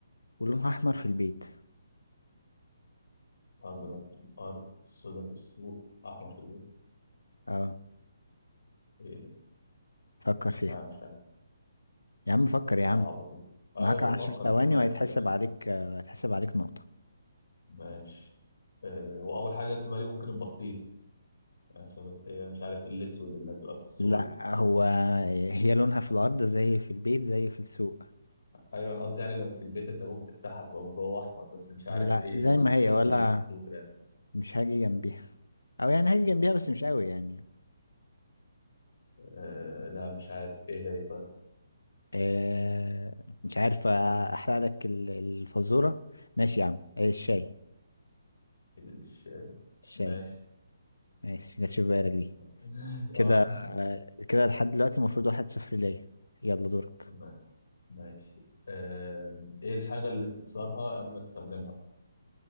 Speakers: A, on the left (about 75°); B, on the left (about 60°).
A: ولونها أحمر في البيت
B: أضرب في الأرض سودا في السوق أحمر في البيت
A: اه
B: إيه ده؟
A: فكر فيها
B: لا مش عارف
A: يا عم فكر يا
B: صعبة
A: عم
B: دي أيوة
A: معاك عشر
B: بفكر
A: ثواني
B: أهو ماشي
A: وهيتحسب
B: أيوة
A: عليك آه، هيتحسب عليك نقطة
B: ماشي أه وأول حاجة جت في بالي ممكن البطيخ بس بس هي مش عارف إيه الأسود اللي هتبقى في السوق
A: لا
B: دي
A: هو هي لونها في الأرض زي في البيت زي في السوق
B: ايوه انا قصدي يعني لو في البيت انت ممكن تفتحها تبقى من جوه احمر بس مش عارف
A: لا
B: ايه
A: زي
B: ال-
A: ما هي
B: الاسود
A: ولا
B: اللي في السوق يعني
A: مش هاجي جنبيها أو يعني هاجي جنبيها بس مش قوي يعني
B: آه لا مش عارف ايه هي طيب
A: آه مش عارف أحرق لك ال- الفزورة ماشي يا عم آه، الشاي
B: الشاي
A: الشاي
B: ماشي
A: ماشي جاتش في بالك دي
B: <laughs>
A: كده
B: اه
A: آه، كده لحد دلوقتي المفروض واحد صفر ليا يلا دورك
B: ما- ماشي آه ايه الحاجة اللي بتكسرها قبل ما تستخدمها